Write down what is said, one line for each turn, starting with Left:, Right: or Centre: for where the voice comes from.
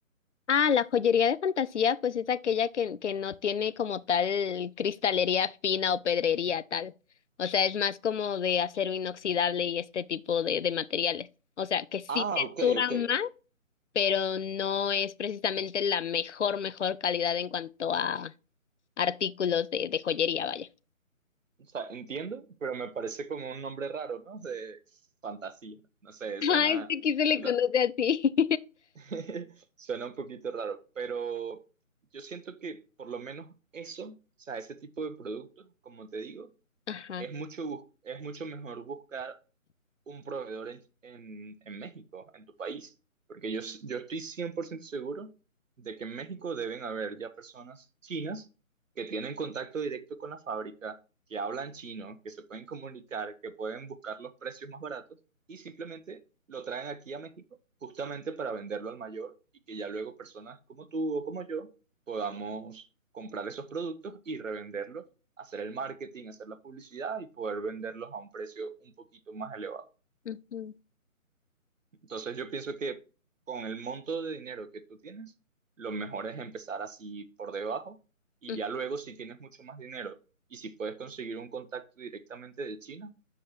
Left: Ah, la joyería de fantasía, pues es aquella que, que no tiene como tal cristalería fina o pedrería tal. O sea, es más como de acero inoxidable y este tipo de, de materiales. O sea, que sí
Right: Ah,
Left: te
Right: ok,
Left: duran
Right: ok.
Left: más, pero no es precisamente la mejor, mejor calidad en cuanto a artículos de, de joyería, vaya. <laughs>
Right: O sea, entiendo, pero me parece como un nombre raro, ¿no? De fantasía. No sé, suena,
Left: Ah, este aquí se
Right: suena,
Left: le conoce así.
Right: <laughs> Suena un poquito raro, pero yo siento que por lo menos eso, o sea, ese tipo de productos, como te digo,
Left: <laughs> Ajá.
Right: es mucho, bus- es mucho mejor buscar un proveedor en, en, en México, en tu país, porque yo, s- yo estoy 100% seguro de que en México deben haber ya personas chinas que tienen contacto directo con la fábrica, que hablan chino, que se pueden comunicar, que pueden buscar los precios más baratos y simplemente lo traen aquí a México justamente para venderlo al mayor y que ya luego personas como tú o como yo podamos comprar esos productos y revenderlos hacer el marketing, hacer la publicidad y poder venderlos a un precio un poquito más elevado.
Left: Ujú,
Right: Entonces yo pienso que con el monto de dinero que tú tienes, lo mejor es empezar así por debajo y
Left: ujú.
Right: ya luego si tienes mucho más dinero y si puedes conseguir un contacto directamente de China,